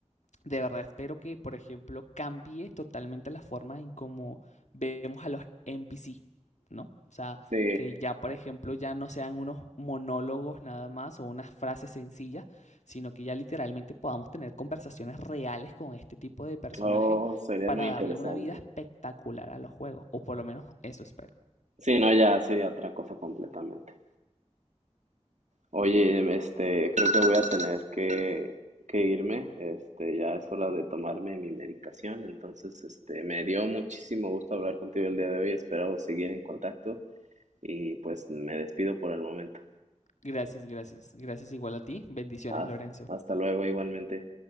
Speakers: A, on the left (about 80°); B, on the right (about 85°).
A: de verdad, espero que, por ejemplo, cambie totalmente la forma en cómo vemos a los NPC, ¿no? O sea,
B: Sí,
A: que ya, por ejemplo, ya no sean unos monólogos nada más o unas frases sencillas, sino que ya literalmente podamos tener conversaciones reales con este tipo de personajes
B: oh, sería
A: para
B: muy
A: darle
B: interesante.
A: una vida espectacular a los juegos, o por lo menos eso espero.
B: Sí, no, ya sería otra cosa completamente. Oye, em, este, creo que voy a tener que, que irme, este, ya es hora de tomarme mi medicación, entonces, este, me dio muchísimo gusto hablar contigo el día de hoy, espero seguir en contacto y pues me despido por el momento.
A: Gracias, gracias. Gracias igual a ti. Bendiciones,
B: Haz-
A: Lorenzo.
B: Hasta luego, igualmente.